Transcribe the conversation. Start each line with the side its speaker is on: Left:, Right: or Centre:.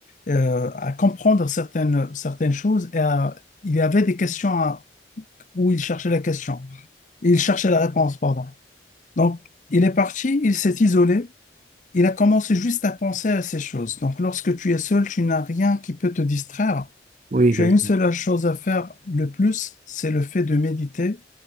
Left: euh, à comprendre certaines, certaines choses et à- il y avait des questions à- où il cherchait la question. Il cherchait la réponse, pardon. Donc, il est parti, il s'est isolé, il a commencé juste à penser à ces choses. Donc, lorsque tu es seul, tu n'as rien qui peut te distraire.
Right: Oui,
Left: Tu
Right: bien
Left: as une
Right: sûr.
Left: seule chose à faire le plus, c'est le fait de méditer